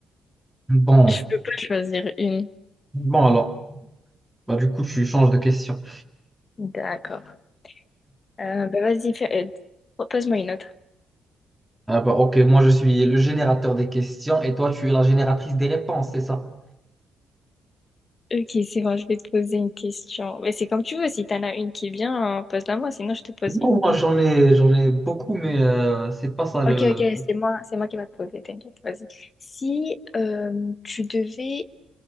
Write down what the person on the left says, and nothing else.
Je peux pas choisir une.
D'accord. Euh, ben, vas-y, fais... euh, propose-moi une autre.
Ok, c'est bon, je vais te poser une question. Mais c'est comme tu veux, si t'en as une qui est bien, euh, pose-la moi, sinon je te pose
une.
Ok, ok, c'est moi, c'est moi qui vais te poser, t'inquiète, vas-y. Si euh, tu devais